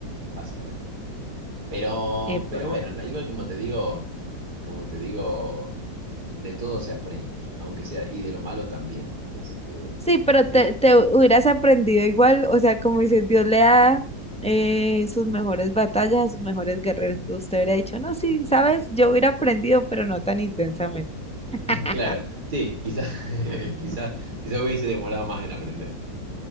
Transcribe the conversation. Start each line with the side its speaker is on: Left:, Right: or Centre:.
Right: básicamente. Pero,
Centre: epa.
Right: pero bueno, no, igual como te digo, como te digo, de todo se aprende, aunque sea, y de lo malo también. Así que,
Centre: Sí, pero
Right: sí,
Centre: te, te hubieras aprendido igual, o sea, como dices, Dios le da eh, sus mejores batallas a sus mejores guerreros. Usted hubiera dicho, no, sí, sabes, yo hubiera aprendido, pero no tan intensamente. <laughs>
Right: <laughs> claro, sí, quizás, <laughs>
Centre: Ujú.
Right: quizás, quizás hubiese demorado más en aprender.